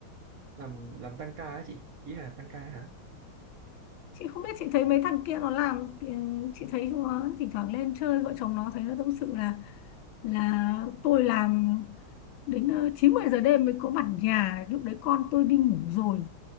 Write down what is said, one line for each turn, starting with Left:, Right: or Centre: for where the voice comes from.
Right: làm làm tăng ca á chị ý là tăng ca hả
Left: Chị không biết chị thấy mấy thằng kia nó làm ừ, chị thấy chúng nó thỉnh thoảng lên chơi vợ chồng nó thấy nó tâm sự là là tôi làm đến ờ, 9 10 giờ đêm mới có mặt nhà, lúc đấy con tôi đi ngủ rồi.